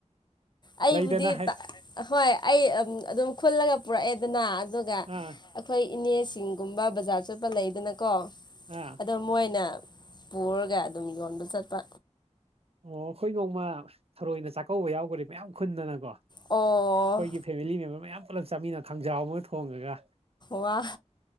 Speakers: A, on the left; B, on the right.
A: ꯑꯩꯕꯨꯗꯤ
B: ꯂꯩꯗꯅ ꯍꯥꯏ
A: ꯍꯣꯏ ꯑꯩ ꯑꯗꯨꯝ ꯈꯨꯜꯂꯒ ꯄꯨꯔꯛꯑꯦꯗꯅ ꯑꯗꯨꯒ
B: ꯑꯥ
A: ꯑꯩꯈꯣꯏ ꯏꯅꯦ ꯁꯤꯡꯒꯨꯝꯕ ꯕꯖꯥꯔ ꯆꯣꯠꯄ ꯂꯩꯗꯅ ꯀꯣ
B: ꯑꯥ
A: ꯑꯗꯣ ꯃꯣꯏꯅ ꯄꯨꯔꯒ ꯑꯗꯨꯝ ꯌꯣꯟꯕ ꯆꯠꯄ
B: ꯑꯣ ꯑꯩꯈꯣꯏ ꯅꯣꯡꯃ ꯊꯔꯣꯏꯅ ꯆꯥꯛꯀꯧꯕ ꯌꯥꯎꯈ꯭ꯔꯦ ꯃꯌꯥꯝ ꯈꯨꯟꯗꯅꯀꯣ ꯑꯩꯈꯣꯏꯒꯤ
A: ꯑꯣ
B: ꯐꯦꯃꯤꯂꯤ ꯃꯦꯝꯕꯔ ꯃꯌꯥꯝ ꯄꯨꯜꯂꯞ ꯆꯥꯃꯤꯟꯅ ꯈꯪꯖꯥꯎ ꯑꯃ ꯊꯣꯡꯉꯒ
A: ꯋꯥ